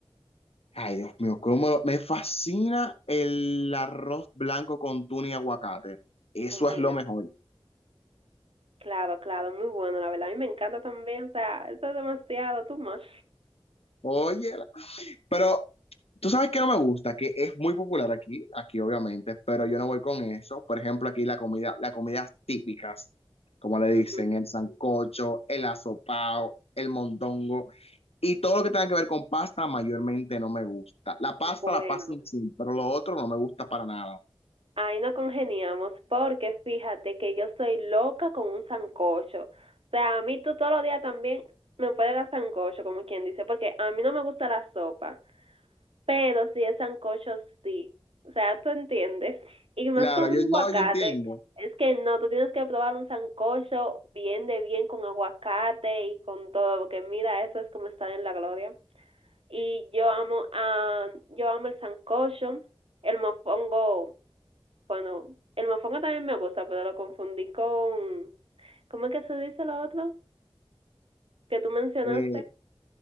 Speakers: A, on the left (about 80°); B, on the right (about 65°).
A: Ay, Dios mío, cómo lo- me fascina el arroz blanco con tuna y aguacate. Eso
B: Oh my
A: es lo
B: God.
A: mejor.
B: Claro, claro, muy bueno, la verdad. A mí me encanta también, o sea, eso es demasiado, too much.
A: Oye, la- pero tú sabes que no me gusta, que es muy popular aquí, aquí obviamente, pero yo no voy con eso. Por ejemplo, aquí la comida, las comidas típicas, como le
B: Ujú.
A: dicen, el sancocho, el asopao, el mondongo. Y todo lo que tenga que ver con pasta mayormente no me gusta. La pasta,
B: Bueno,
A: la pasta en sí, pero lo otro no me gusta para nada.
B: ahí no congeniamos, porque fíjate que yo soy loca con un sancocho. O sea, a mí tú todos los días también me puedes dar sancocho, como quien dice, porque a mí no me gusta la sopa. pero si es sancocho, sí. O sea, tú entiendes. Y más
A: Claro,
B: con un
A: yo
B: aguacate,
A: no, yo entiendo.
B: es que no, tú tienes que probar un sancocho bien de bien con aguacate y con todo, porque mira, eso es como estar en la gloria. Y yo amo, ah, yo amo el sancocho, el mofongo, bueno, el mofongo también me gusta, pero lo confundí con, ¿cómo es que se dice lo otro? Que tú mencionaste.
A: Eh,